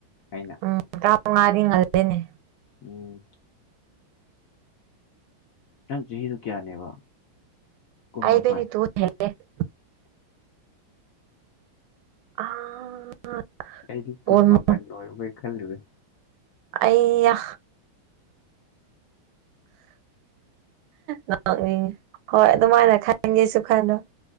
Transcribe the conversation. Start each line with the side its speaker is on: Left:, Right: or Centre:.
Left: ꯑꯩꯅ
Right: ꯎꯝ ꯇꯔꯥꯃꯉꯥꯗꯤ ꯉꯜꯂꯦꯅꯦ
Left: ꯎꯝ ꯅꯪ ꯆꯍꯤꯗꯨ ꯀꯌꯥꯅꯦꯕ ꯀꯨꯟ
Right: <unintelligible>
Left: ꯃꯥꯄꯟ
Right: ꯑꯥ
Left: ꯑꯩꯗꯤ ꯀꯨꯟꯃ
Right: ꯑꯣꯜꯃꯣ
Left: ꯃꯄꯟ ꯑꯣꯏꯔꯕꯣꯢ ꯈꯜꯂꯨꯔꯦ
Right: ꯑꯩꯌꯥ ꯅꯣꯛꯅꯤꯡꯉꯤ ꯍꯣꯏ ꯑꯗꯨꯃꯥꯏꯅ ꯈꯟꯒꯦꯁꯨ ꯈꯜꯂꯣ